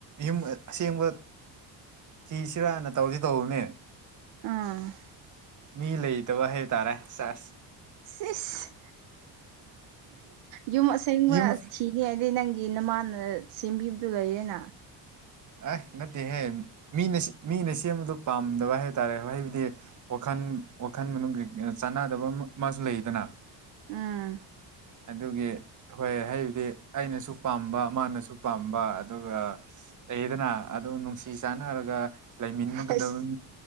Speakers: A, on the right; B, on the right.
A: ꯌꯨꯝ ꯑꯁꯦꯡꯕ ꯊꯤꯁꯤꯔꯥꯅ ꯇꯧꯁꯤ ꯇꯧꯕꯅꯦ
B: ꯑ
A: ꯃꯤ ꯂꯩꯇꯕ ꯍꯥꯏꯇꯥꯔꯦ ꯆꯁ
B: ꯁꯤꯁ ꯌꯨꯝ ꯑꯁꯦꯡꯕ
A: ꯌꯨꯝ
B: ꯊꯤꯅꯤ ꯍꯥꯏꯗꯤꯩ ꯅꯪ ꯅꯃꯥꯟꯅ ꯁꯦꯝꯕꯤꯕꯗꯨ ꯂꯩꯔꯦꯅ
A: ꯑ ꯅꯠꯇꯦꯍꯦ ꯃꯤꯅ ꯃꯤꯅ ꯁꯦꯝꯕꯗ ꯄꯥꯝꯗꯕ ꯍꯥꯏ ꯇꯔꯦ ꯍꯥꯏꯩꯕꯨꯗꯤ ꯋꯥꯈꯜ ꯋꯥꯈꯜ ꯃꯅꯨꯡꯩ ꯆꯥꯟꯅꯗꯕ ꯃꯥꯁꯨ ꯂꯩꯗꯅ
B: ꯑꯝ
A: ꯑꯗꯨꯒꯤ ꯍꯣꯏ ꯍꯥꯏꯕꯗꯤ ꯑꯩꯅꯁꯨ ꯄꯥꯝꯕ ꯃꯥꯅꯁꯨ ꯄꯥꯝꯕ ꯑꯗꯨꯒ ꯂꯩꯌꯦꯗꯅ ꯑꯗꯨ ꯅꯨꯡꯁꯤ ꯆꯥꯟꯅꯔꯒ ꯥꯏ ꯃꯤꯅ
B: ꯑꯁ
A: ꯀꯗꯧ